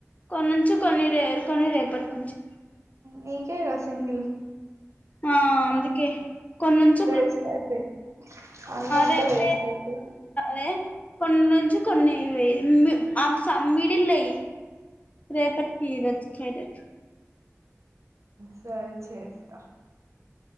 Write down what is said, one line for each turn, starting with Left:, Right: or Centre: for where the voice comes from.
Left: కొన్నించు కొన్ని రే కొన్ని రేపటికి ఉంచు
Right: నీకే గా సింగిల్
Left: ఆ అందుకే కొన్నించు
Right: వేస్ట్ అయితాయి అన్ని అంతా
Left: రేపు
Right: వేస్ట్ అయితాయి
Left: రే కొన్నించు కొన్ని <unintelligible> మిడిల్ లో వెయ్యి రేపట్కి <unintelligible>
Right: సరే చేస్తా